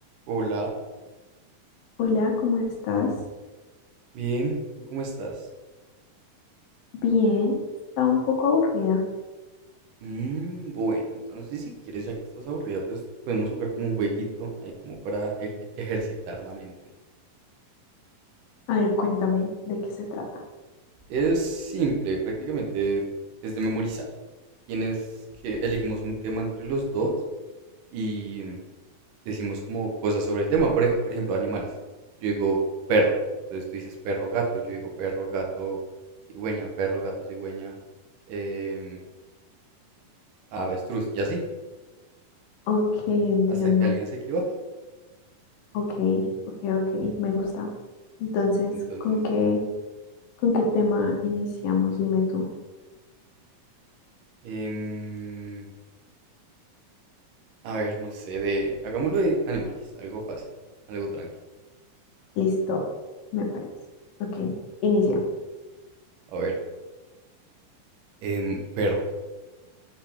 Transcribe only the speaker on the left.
Hola, ¿cómo estás?
Bien, está un poco aburrida.
A ver, cuéntame de qué se trata.
Ok, entiendo.
Ok, ok, ok, me gusta. Entonces,
¿con qué, con qué tema iniciamos? Dime tú.
Listo, me parece. Ok, inicia.